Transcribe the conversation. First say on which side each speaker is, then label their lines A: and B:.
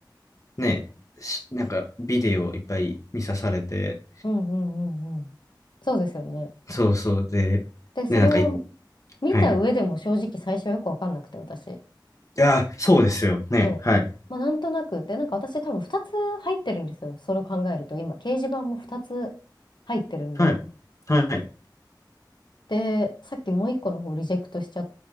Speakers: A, on the left; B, on the left.
A: ね、しなんか、ビデオいっぱい見さされて、
B: うんうんうんうん。そうですよね。
A: そうそうで、
B: で、それを、
A: ね、なんかい、
B: 見た上でも正直最初はよくわかんなくて、
A: はい。い
B: 私。
A: やー、そうですよ。ね、
B: うん。
A: はい。
B: まあ、なんとなく。で、なんか私多分2つ入ってるんですよ。それを考えると、今、掲示板も2つ入ってるんで。
A: はい。はい。
B: で、さっきもう1個の方リジェクトしちゃっ